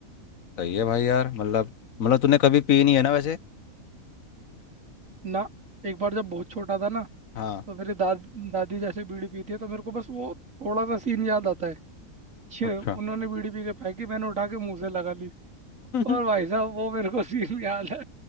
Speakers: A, on the left; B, on the right.
A: सही है भाई यार मतलब मतलब तूने कभी पी नहीं है ना वैसे
B: ना एक बार जब बहुत छोटा था ना
A: हाँ
B: तो मेरी दाद दादी जैसे बीड़ी पीती है तो मेरे को बस वो थोड़ा सा सीन याद आता है छे,
A: अच्छा
B: उन्होंने बीड़ी पी के फेंकी मैंने उठा के मुंह से लगा ली
A: <laughs>
B: और भाई साहब वो मेरे को सीन <laughs> याद है